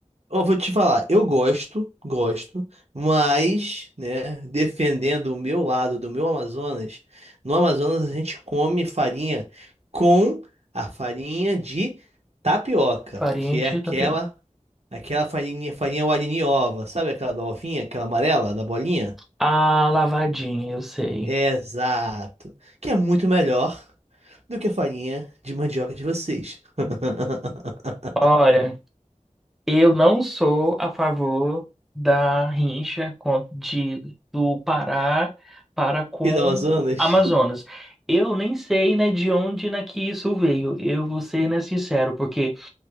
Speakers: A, on the right; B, in the centre.
A: Ó, vou te falar, eu gosto, gosto, mas, né, defendendo o meu lado do meu Amazonas, no Amazonas a gente come farinha com a farinha de tapioca,
B: farinha
A: que
B: de
A: é aquela
B: tapioca.
A: aquela farinha, farinha Wariniova, sabe aquela da ovinha, aquela amarela da bolinha?
B: Ah, lavadinha, eu sei.
A: Exato, que é muito melhor do que a farinha de mandioca de vocês. <laughs>
B: Olha, Eu não sou a favor da rincha com- de, do Pará para com
A: E do Amazonas,
B: Amazonas. Eu nem sei, né, de onde né, que isso veio. Eu vou ser, né, sincero, porque